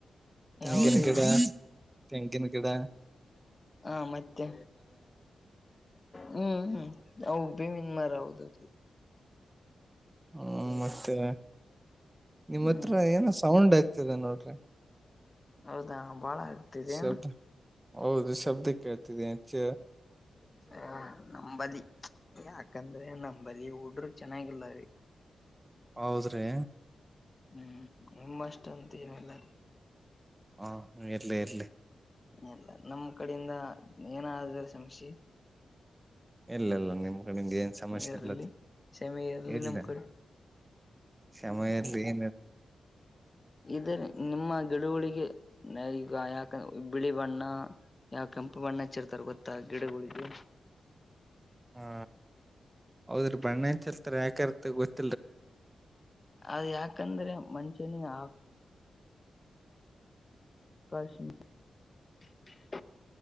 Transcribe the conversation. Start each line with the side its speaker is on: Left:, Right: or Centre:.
Right: ತೆಂಗಿನ
Left: ಯಾವ್ರೀ
Right: ಕಡ ತೆಂಗಿನ ಕಿಡ
Left: ಹಾ ಮತ್ತೆ ಹ್ಮ್ ಹ್ಮ ಹಬ ಮನ್ ಮರದು
Right: ಹ್ಮ ಮತ್ತೆ ನಿಮ್ಮ
Left: ಹ್ಮ್
Right: ಹತ್ರ ಏನ ಸೌಂಡ್ ಆಗ್ತದೆ ನೋಡ್ರಿ
Left: ಹೌದಾ ಬಾಳ ಆಗ್ತಿದೆೇನ್
Right: ಶಬ್ದ ಹೌದು ಶಬ್ದಕ್ಕೆ ಕೇಳ್ತಿದೆ ಹೆಚ್ಚ
Left: ಹಾ ನಂಬತಿ ಯಾಕಂದ್ರೆ ನಮ್ ಬದಿ ಹುಡ್ರ ಚೆನ್ನಾಗಿಲ್ಲರಿ
Right: ಹೌದ್ರಿ
Left: ಹ್ಮ್ ನಿಮ್ಮಷ್ಟ ಅಂತ ಏನೆಲ್ಲಾರ
Right: ಹಾ ಇಲ್ಲೇ ಇಲ್ಲೇ
Left: ಇಲ್ಲ ನಮ್ಮ್ ಕಡೆಯಿಂದ ಏನಾದ್ರ ಶಮಶಿ
Right: ಇಲ್ಲ ಇಲ್ಲ ನಿಮ್ಗ ನಿಮ್ಗೆ ಏನ್ ಸಮಸ್ಯೆ
Left: ಇರ್ಲಿ
Right: ಇಲ್ಲ
Left: ಸಮಿ ಇರ್ಲಿ
Right: ಇಲ್ಲ
Left: ನಮ್ ಕಡೆ
Right: ಸಮಯಲಿಹ
Left: ಇದ ನಿಮ್ಮ ಗಿಡುವಳಿಗೆ ಈಗ ಯಾಕಂದ ಬಿಳಿ ಬಣ್ಣ ಯಾವ್ ಕೆಂಪು ಬಣ್ಣ ಹಚ್ಚಿರ್ತಾರ ಗೊತ್ತಾ ಗಿಡಗಳಿಗೆ
Right: ಹಾ ಹೌದ್ರ ಬಣ್ಣಾ ಚಲ್ತ ಯಾಕರ್ತ ಗೊತ್ತ
Left: ಅದ ಯಾಕಂದ್ರೆ ಮನ್ಷ್ಯನಿಗೆ ಆ ಕಷ್ಣ <inaudible>